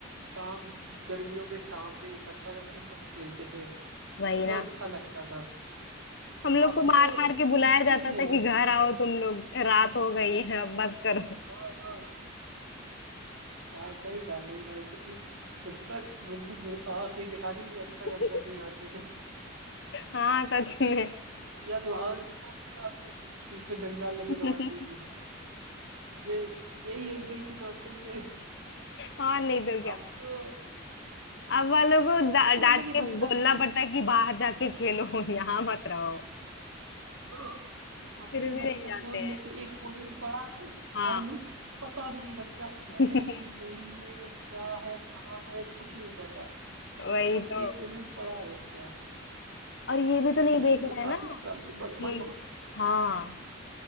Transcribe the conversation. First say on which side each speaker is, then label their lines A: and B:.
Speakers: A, on the right; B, on the left.
A: शाम गर्मियों में शाम में इकट्ठा हो जाते थे सब खेलते थे
B: वही
A: कितना
B: ना
A: अच्छा लगता था
B: हम लोग
A: अब
B: को
A: तो
B: मार मार के बुलाया
A: दिखते
B: जाता
A: ही नहीं
B: था
A: हो
B: कि
A: बच्चे
B: घर आओ
A: यार
B: तुम लोग रात हो गई है अब बस करो
A: हाँ हाँ हाँ सही कहा सही कहा मतलब कि जब तक मम्मी गु- आँख नहीं दिखाती जब
B: <laughs>
A: तक अंदर नहीं आते थे
B: हाँ सच में
A: या तो आँख दिखाती या फिर पीछे डंडा लेके
B: <laughs>
A: दौड़ती थी यही यही एक दो ही तीन ऑप्शन थे
B: और नहीं तो क्या
A: अब तो
B: अब वालों को डा-
A: अब तो मतलब
B: डांट
A: कि
B: के
A: बच्चा
B: बोलना
A: फोन
B: पड़ता
A: लेके
B: है कि बाहर जाके खेलो यहाँ मत रहो
A: हाँ अब
B: फिर
A: तो
B: भी
A: बच्चा
B: नहीं जाते
A: फोन
B: हैं
A: लेके एक कोने में पड़ा है घर
B: हाँ
A: में पता भी नहीं बच्चा
B: <laughs>
A: है कि नहीं है क्या है कहाँ है कुछ नहीं पता
B: वही
A: बस एक
B: तो
A: दो दिन पढ़ा है बच्चा
B: और ये भी तो नहीं देख
A: ये
B: रहे
A: वो काफी
B: हैं ना
A: प्रॉब्लम बड़े
B: कि
A: बड़े बहुत बड़ी प्रॉब्लम
B: हाँ
A: है